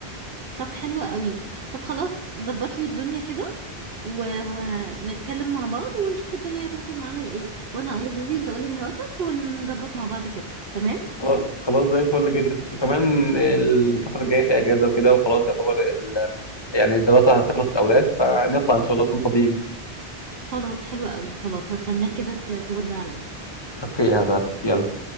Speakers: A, on the right (about 65°); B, on the left (about 25°).
A: طب حلو قوي طب خلاص ظبط لي الدنيا كده و... ونتكلم مع بعض ونشوف الدنيا هتوصل معانا لايه وانا هقول لجوزي انت قول لمراتك ونظبط مع بعض كده تمام
B: خلاص خلاص زي الفل جدا وكمان الفتره الجايه في اجازه وكده وخلاص يعتبر ال- يعني الدراسه هتخلص الاولاد فنطلع ان شاء الله نكون فاضيين
A: خلاص حلو قوي خلاص هستناك كده ت- ترد عليا
B: اوكي هبعت لك يلا